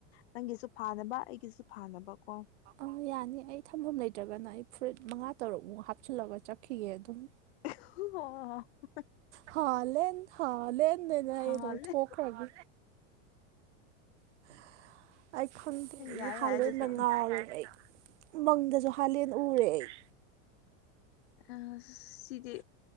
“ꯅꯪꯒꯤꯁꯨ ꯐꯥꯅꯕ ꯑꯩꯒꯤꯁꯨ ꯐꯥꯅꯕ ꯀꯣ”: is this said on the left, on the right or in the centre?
Left